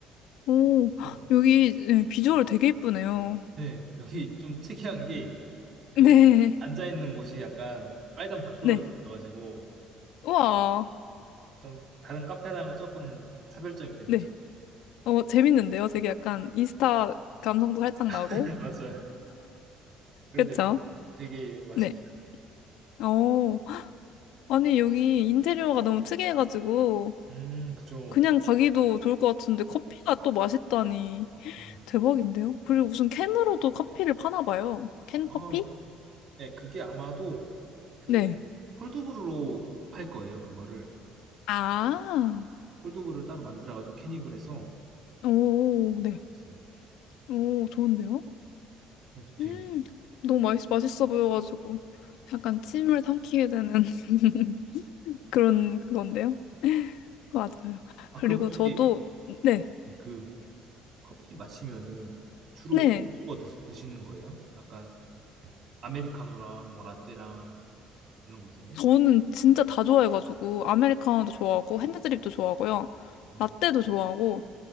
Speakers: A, on the left (about 80°); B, on the right (about 60°).
A: 오,
B: 정말 맛있어요.
A: 여기 네, 비주얼 되게 예쁘네요.
B: 네 여기 좀 특이한 게 그
A: <laughs> 네,
B: 앉아 있는 곳이 약간 빨간 벽돌로
A: 네.
B: 돼 있어가지고
A: 우와,
B: 좀 다른 카페랑은 조금 차별점이 좀
A: 네.
B: 있죠.
A: 어, 재밌는데요? 되게 약간 인스타 감성도 살짝 나고.
B: <laughs> 맞아요. 그래도
A: 그쵸?
B: 여기 되게 맛있게.
A: 네. 어, 아니, 여기 인테리어가 너무 특이해가지고,
B: 음, 그쵸.
A: 그냥 가기도 좋을 것 같은데, 커피가 또 맛있다니.
B: 네.
A: 대박인데요? 그리고 무슨 캔으로도 커피를 파나 봐요. 캔
B: 아,
A: 커피?
B: 네, 그게 아마도 그
A: 네.
B: 콜드브루로 팔 거예요, 그거를.
A: 아,
B: 콜드브루를 따로 만들어가지고 캐닙을 해서
A: 오, 네.
B: 있어요.
A: 오, 좋은데요?
B: 네, 되게.
A: 음, 너무 맛있, 맛있어 보여가지고 약간 침을 삼키게 되는 <laughs> 그런 그건데요. 맞아요.
B: 아,
A: 그리고
B: 그럼 혹시
A: 저도 네,
B: 그 커피 마시면은 주로
A: 네.
B: 어떤 거 드, 드시는 거예요? 약간 아메리카노랑 뭐 라떼랑 이런 것 중에?
A: 저는 진짜 다 좋아해가지고 아메리카노도 좋아하고 핸드드립도 좋아하고요.
B: 음,
A: 라떼도 좋아하고